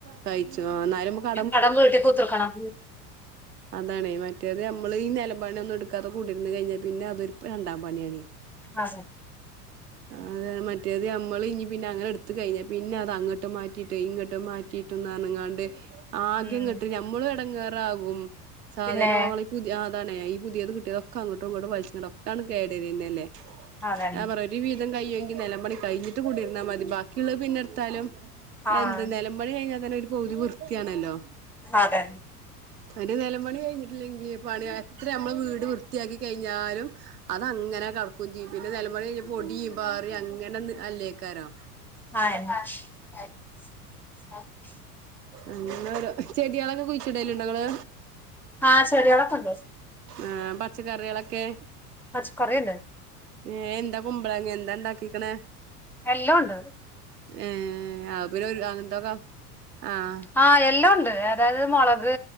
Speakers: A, on the right (about 80°); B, in the centre.
A: കഴിച്ചു ആ എന്നാലും നമുക്ക്
B: കടം വീട്ടി തീർക്കണം
A: അതാണ് മറ്റേത് നമ്മള് ഈ നെലംപണി ഒന്നും എടുക്കാതെ കൂടിരുന്ന് കഴിഞ്ഞാൽ പിന്നെ അതൊരു രണ്ടാം പണിയാണ്
B: ആതെ
A: അതെ മറ്റേത് നമ്മള് ഇനി പിന്നെ അങ്ങനെ എടുത്ത് കഴിഞ്ഞാ പിന്നെ അത് അങ്ങോട്ട് മാറ്റിട്ട് ഇങ്ങോട്ട് മാറ്റി- കീട്ടും ന്ന് പർഞ്ങ്ങാണ്ട് ആകെ
B: ഉം
A: ങ്ങട്ട് ഞമ്മളും എട്ങ്ങെറാകും സാധനോ
B: പിന്നെ
A: പുതി ആ അതാണെ ഈ പുതിയെത് കിട്ടിയതൊക്ക അങ്ങട്ടും ഇങ്ങട്ടും വൽച്ച്ക്കാണ്ട് ഒക്കാണ്ട് കേടരന്നല്ലേ
B: അതന്നെ
A: ഞാൻ പറയെ ഒരു വിതം കയ്യങ്കി നെലം പണി കഴിഞ്ഞിട്ട് കൂടിര്ന്നാ മതി ബാക്കിള്ള പിന്നെ ഇട്ത്താലും
B: ആഹ്
A: എന്ദ് നേലം മ്പണി കഴിഞ്ഞാ തന്നെ ഒരു പവ്തി വൃത്തിയാണല്ലോ
B: അതെ
A: ന്നട്ട് നേലം പണി കഴിഞ്ഞിട്ടില്ലെങ്കി പണി എത്ര നമ്മള് വീട് വൃ ത്തിയാക്കി കഴിഞ്ഞാലും അത് അങ്ങനെ കട്ക്കും ചെയ്യും പിന്നെ നേലം പണി കഴി പൊടി പാറി അങ്ങനെ ന്ന് അല്ലേക്കാരോ
B: ആ <unintelligible>
A: അങ്ങര ചെടിയാളൊക്കെ കുഴിച്ചിടല്ണ്ടോ ഇങ്ങള്
B: ആ ചെടിയോളക്ക ഇണ്ട്
A: ആഹ് പച്ചക്കറികളൊക്കെ
B: അ കൊറേ ഇണ്ട്
A: ഏ എന്താ കുമ്പളങ്ങെ എന്താ ഇണ്ടാക്കിക്ക്ണെ
B: എല്ലു ഉണ്ട്
A: ഏ അത് പിന്നെ ഒരു അങ്ങൻതൊക്ക ആഹ്
B: ആ എല്ലു ഉണ്ട് അതായത് മോളക്